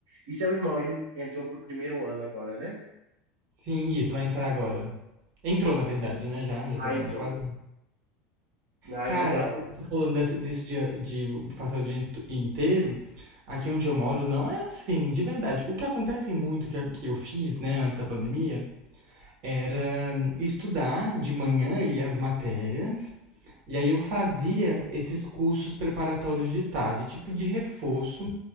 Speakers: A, on the right (about 75°); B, on the right (about 60°).
A: E seu irmão, ele entrou pro primeiro ano agora, né?
B: Sim, isso, vai entrar agora. Entrou, na verdade, né? Já, já
A: Ah,
B: estamos
A: entrou.
B: quase.
A: Ah,
B: Cara,
A: legal.
B: você falando desse- disso de, de passar o dia int- inteiro, aqui onde eu moro não é assim, de verdade. O que acontece muito, que, que eu fiz, né, antes da pandemia, era estudar de manhã ali as matérias, e aí eu fazia esses cursos preparatórios de tarde, tipo de reforço,